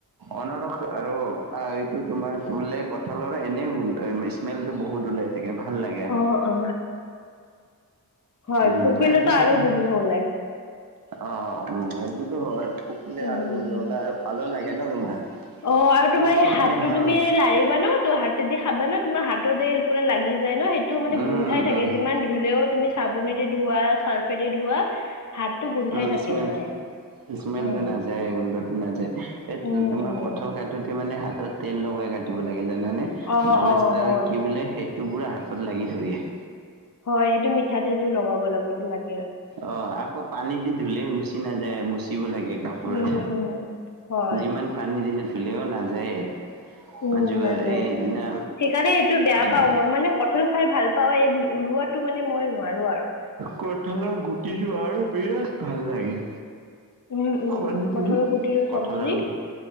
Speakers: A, on the right; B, on the left.
A: অনৰস আৰু এইটো তোমাৰ কি বোলে কঁঠালৰ এনেইও স্মেলটো বহুত ওলাই। তাকে ভাল লাগে।
B: অ অ হয়
A: উম,
B: পকিলেতো
A: তাৰ পিছত
B: আৰু
A: তুমি
B: গোন্ধ ওলাই
A: অ', উম সেইটোতো হয় পকিলে
B: উম
A: আৰু গোন্ধ ওলাই আৰু ভাল লাগে ন তোমাৰ।
B: অ', আৰু
A: খোৱাতো
B: তোমাৰ হাতটো
A: মানে ভাল
B: তুমি
A: লাগে
B: লাৰিবা ন ত' হাতেদি খাবা ন' তোমাৰ হাততে বোলে লাগি যায় ন' সেইটো মানে
A: উম
B: গোন্ধাই থাকে
A: উম
B: যিমান ধুলেও তুমি চাবোনেদি ধোৱা চাৰ্ফেদি ধোৱা হাতটো গোন্ধাই
A: উম
B: থাকে
A: স্মেল
B: মানে।
A: স্মেলটো
B: উম
A: নাযায় গোন্ধটো নাযায়।
B: উম
A: তোমাৰ
B: উম
A: কঁঠাল কাটোতে মানে হাতত তেল লগাই কাটিব লাগে জানানে
B: অ
A: নহ'লে
B: অ
A: তাৰ
B: হ'ল
A: কি বোলে টো পুৰা হাতত লাগি ধৰি আহে।
B: হয়, সেইটো মিঠা তেলটো লগাব লগে লাগে।
A: অ', আকৌ পানী দি ধুলেও গুচি নাযায় মুচিব লাগে। কাপোৰত
B: উম উম হয়
A: যিমান পানী দিলে ধুলেও নাযায়ে।
B: উম,
A: মই যোৱা
B: নাযায়
A: এইদিনা
B: উম সেইকাৰণে এইটো বেয়া
A: একবাৰ
B: পাওঁ। মই মানে কঁঠল খাই ভাল পাওঁ এই ওলোৱাটো মানে মই নোৱাৰো আৰু।
A: কঠালৰ গুটিটো আৰু বিৰাট ভাল লাগে।
B: উম উম
A: খোৱানে
B: কঠলৰ
A: তুমি
B: গুটিৰো চব্জি
A: কঁঠালৰ